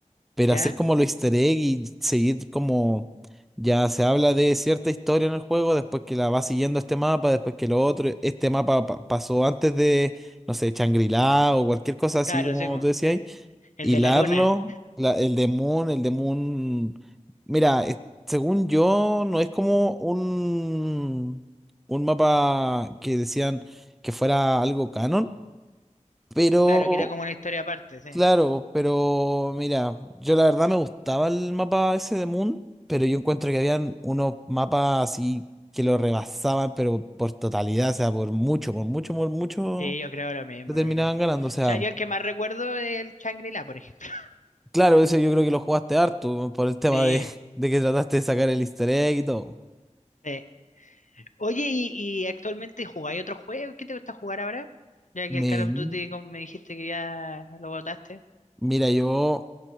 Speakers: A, in the centre; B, on the left.
A: Pero
B: ¿Ya?
A: hacer como lo easter egg y seguir como. Ya se habla de cierta historia en el juego, después que la va siguiendo este mapa, después que lo otro, este mapa pa- pasó antes de, no sé, Shangri-La o cualquier cosa así
B: Claro,
A: como
B: sí, po.
A: tú decías
B: Eh, El
A: hilarlo,
B: de la luna.
A: la- el de Moon, el de Moon, mira, eh, según yo, no es como un, un mapa que decían que fuera algo canon, pero
B: Claro, que era como una historia aparte, sí.
A: claro, pero mira, yo la verdad me gustaba el mapa ese de Moon, pero yo encuentro que habían unos mapas así que lo rebasaban, pero por totalidad, o sea, por mucho, por mucho, por mucho,
B: Sí, yo creo lo mismo,
A: le terminaban
B: lo creo lo mismo.
A: ganando,
B: O
A: o sea.
B: sea, yo el que más recuerdo es el Shangri-La, por ejemplo.
A: Claro, eso yo creo que lo jugaste harto por el tema
B: Sí.
A: de, <laughs> de que trataste de sacar el easter egg y todo.
B: Sí. Oye, ¿y, y actualmente jugáis otro juego? ¿Qué te gusta jugar ahora? Ya que
A: Me,
B: el Call of Duty como me dijiste que ya lo botaste.
A: mira, yo